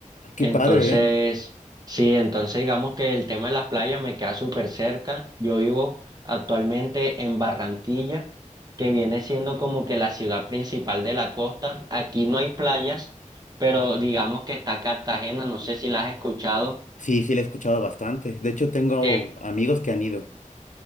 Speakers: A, on the left (about 70°); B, on the right (about 30°).
A: Qué
B: Entonces,
A: padre,
B: sí, entonces digamos que el tema de las playas me queda súper cerca. Yo vivo actualmente en Barranquilla, que viene siendo como que la ciudad principal de la costa. Aquí no hay playas, pero digamos que está Cartagena, no sé
A: ¿eh?
B: si la has escuchado.
A: Sí, sí, la he escuchado bastante. De hecho, tengo
B: que
A: amigos que han ido.